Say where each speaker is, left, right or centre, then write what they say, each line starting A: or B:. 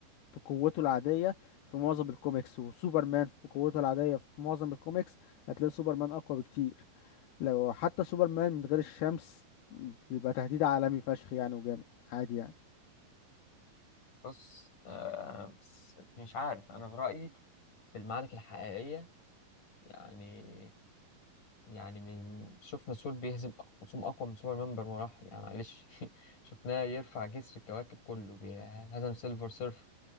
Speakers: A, on the left (about 85°); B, on the left (about 55°).
A: بقوته العادية في معظم الكوميكس وسوبرمان بقوته العادية في معظم الكوميكس هتلاقي سوبرمان أقوى بكتير لو حتى سوبرمان من غير الشمس بيبقى تهديد عالمي فشخ يعني وجامد عادي يعني
B: بص آه بس مش عارف انا في رايي في المعارك الحقيقيه يعني يعني من شفنا ثور بيهزم أق- خصوم اقوى من سوبر مان بمراحل يعني معلش <laughs> شفناه يرفع جسر الكواكب كله بي- هزم سيلفر سيرف